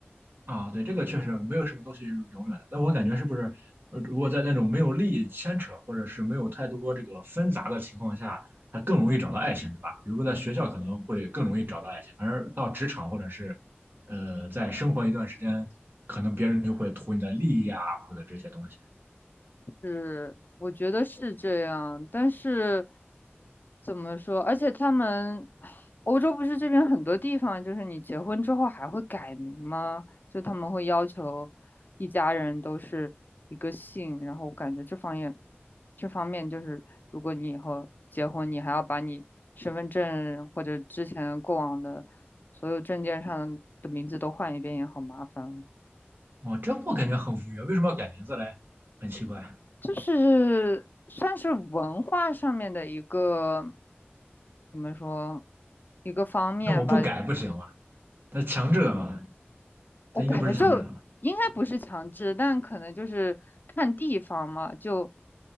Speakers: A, on the right; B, on the left.
A: 啊，对，这个确实没有什么东西是永远的。那我感觉是不是，呃，如果在那种没有利益牵扯，或者是没有太多这个纷杂的情况下，他更容易找到爱情，对吧？比如说在学校可能会更容易找到爱情，反而到职场或者是，呃，在生活一段时间，可能别人就会图你的利益啊，或者这些东西。
B: 是，我觉得是这样，但是怎么说？而且他们欧洲不是这边很多地方，就是你结婚之后还会改名吗？就他们会要求一家人都是一个姓，然后我感觉这方面这方面就是，如果你以后结婚，你还要把你身份证或者之前过往的所有证件上的名字都换一遍，也好麻烦。
A: 哦，这我感觉很无语，为什么要改名字嘞？很奇怪。
B: 就是算是文化上面的一个，怎么说，一个方面吧。
A: 那我不改不行吗？他强制的吗？
B: 我感觉就应该不是强制，
A: 他应该不是强制的吧？
B: 但可能就是看地方嘛，就